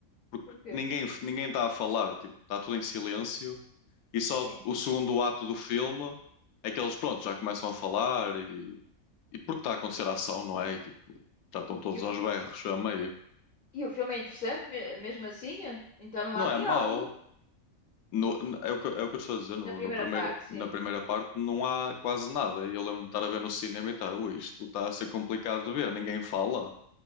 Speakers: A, on the left; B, on the left.
A: porque
B: Porquê?
A: ninguém ninguém está a falar, tipo, está tudo em silêncio e só
B: Sim.
A: o segundo ato do filme é que eles, pronto, já começam a falar e, e porque está a acontecer a ação, não é? E, tipo, já estão todos
B: E, o
A: aos berros a meio.
B: e o filme é interessante, me- mesmo assim? é? Então não
A: Não
B: há diálogo
A: é mau. No, n- é o que, é o que eu estou a dizer, no,
B: na primeira
A: no primeiro,
B: parte, sim.
A: na primeira parte não há quase nada. E eu lembro-me de estar a ver no cinema e estar, ui, isto está a ser complicado de ver, ninguém fala.